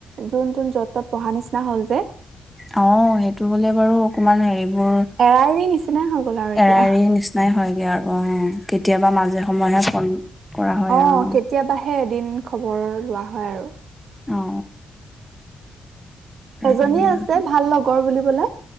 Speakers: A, on the right; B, in the centre.
A: যোন যোন য'ত তত পঢ়া নিচিনা হ'ল যে
B: অ সেইটো হ'লে বাৰু অকমান হেৰি বোৰ
A: এৰাৰি নিচিনাই হৈ গ'ল আৰু এতিয়া
B: এৰা এৰি নিচিনাই হয়গে আৰু অ কেতিয়াবা মাজে সময়েহে ফোন কৰা হয়
A: অ
B: আৰু ন
A: কেতিয়াবাহে এদিন খবৰ লোৱা হয় হয় আৰু
B: অ
A: এজনী
B: ভালেই
A: আছে
B: আৰু
A: ভাল লগৰ বুলিবলে